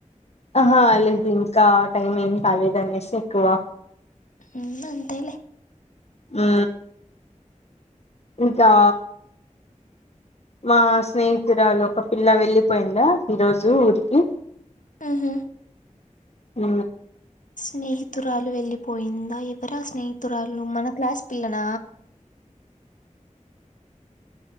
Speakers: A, on the left; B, on the left.
A: ఆహా లేదు ఇంకా టైమ్ ఏం కాలేదు అనేసి ఎక్కువ
B: ఉ అంతలే
A: ఆ ఇంకా మా స్నేహితురాలు ఒక పిల్ల వెళ్ళిపోయిడా ఈరోజు ఊరికి
B: ఉహు
A: ఉ
B: స్నేహితురాలు వెళ్ళిపోయిందా ఎవరా స్నేహితురాలు మన క్లాస్ పిల్లల